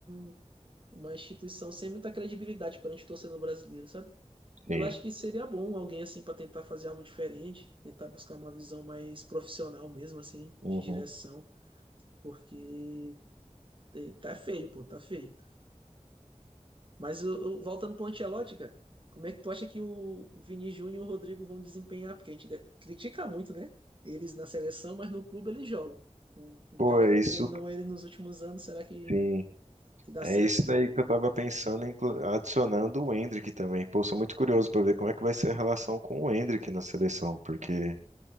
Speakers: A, on the right (about 45°); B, on the right (about 75°).
A: um- uma instituição sem muita credibilidade perante o torcedor brasileiro, sabe? Eu
B: sim.
A: acho que seria bom alguém assim para tentar fazer algo diferente, tentar buscar uma visão mais profissional mesmo assim,
B: Uhum.
A: de direção, porque eh, tá feio, pô, tá feio. Mas o- o- voltando para o Ancelotti, cara, como é que tu acha que o o Vini Júnior e o Rodrigo vão desempenhar? Porque a gente de- critica muito, né? Eles na seleção, mas no clube eles jogam. O, o
B: Pô,
A: cara
B: é
A: que treinou
B: isso
A: ele nos últimos anos, será que,
B: sim.
A: que dá
B: É
A: certo?
B: isso daí que eu tava pensando, inclu- adicionando o Endrick também. Pô, sou muito curioso pra ver como é que vai ser a relação com o Endrick na seleção, porque